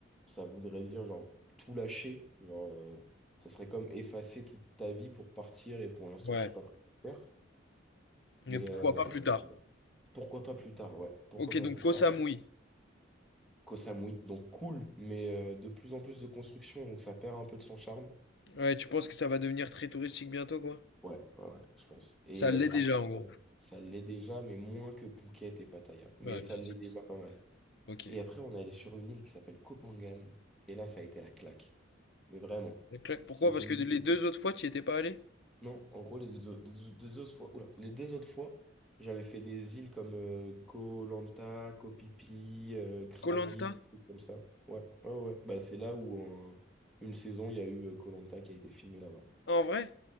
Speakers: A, in the centre; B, on the left.
A: ça voudrait dire genre tout lâcher, genre euh, ça serait comme effacer toute ta vie pour partir et pour l'instant
B: Ouais.
A: je suis pas prêt à le faire.
B: Mais
A: Mais
B: pourquoi
A: euh,
B: pas plus tard?
A: pourquoi pas plus tard, ouais, pourquoi
B: Ok,
A: pas
B: donc
A: plus
B: Koh
A: tard.
B: Samui.
A: Koh Samui, donc cool, mais euh, de plus en plus de construction, donc ça perd un peu de son charme.
B: Ouais, tu penses que ça va devenir très touristique bientôt, quoi?
A: Ouais, ouais, ouais, je pense. Et
B: Ça l'est
A: euh,
B: déjà,
A: après,
B: en
A: euh,
B: gros.
A: ça l'est déjà, mais moins que Phuket et Pattaya. Mais
B: Ouais,
A: ça
B: bien
A: l'est
B: sûr.
A: déjà pas mal.
B: Ok.
A: Et après, on est allé sur une île qui s'appelle Kopangan. Et là, ça a été la claque. Mais vraiment.
B: Clac.
A: C'est
B: Pourquoi?
A: une
B: Parce que les
A: île.
B: deux autres fois, tu y étais pas allé?
A: Non, en gros, les deux, au- deux- deux autres fois, oula, les deux autres fois, j'avais fait des îles comme euh, Koh Lanta, Koh Phi Phi, euh, Krabi,
B: Koh Lanta?
A: des trucs comme ça. Ouais, ouais, ouais. ouais. Bah, c'est là où, en une saison, il y a eu euh, Koh Lanta qui a été filmé là-bas.
B: Ah, En vrai?